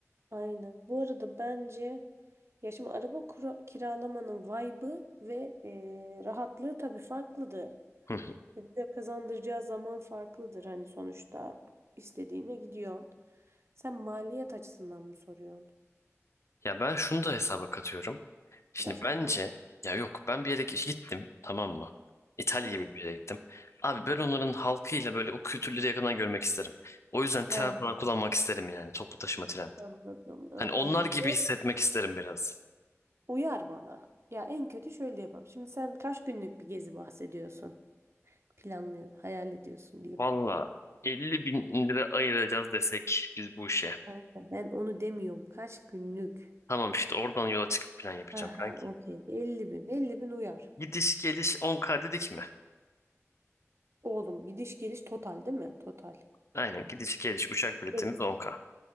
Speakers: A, on the right; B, on the left.
A: aynı. Bu arada bence ya şimdi araba kura- kiralamanın vibe'ı ve eee, rahatlığı tabii farklıdır.
B: Hı hı.
A: E, Bize kazandıracağı zaman farklıdır hani sonuçta istediğine gidiyorsun. Sen maliyet açısından mı soruyorsun?
B: Ya ben şunu da hesaba katıyorum. Şimdi
A: Trafik
B: bence
A: falan.
B: ya yok ben bir yere gittim tamam mı? İtalya
A: Hı.
B: gibi bir yere gittim. Abi ben onların halkıyla böyle o kültürleri yakından görmek isterim. O yüzden
A: He,
B: tren falan kullanmak isterim yani toplu taşıma tren.
A: anladım, anladım.
B: Hani onlar gibi hissetmek isterim biraz.
A: Uyar bana. Ya en kötü şöyle yapalım. Şimdi sen kaç günlük bir gezi bahsediyorsun? Planlıyor, hayal ediyorsun diyeyim.
B: Valla 50 bin lira ayıracağız desek biz bu işe.
A: Kanka ben onu demiyorum. Kaç günlük?
B: Tamam işte oradan yola çıkıp plan yapacağım
A: Aha,
B: kanki.
A: okey. Elli bin. Elli bin uyar.
B: Gidiş geliş 10K dedik mi?
A: Oğlum gidiş geliş total değil mi? Total.
B: Aynen gidiş geliş uçak biletimiz
A: Dedik.
B: 10K.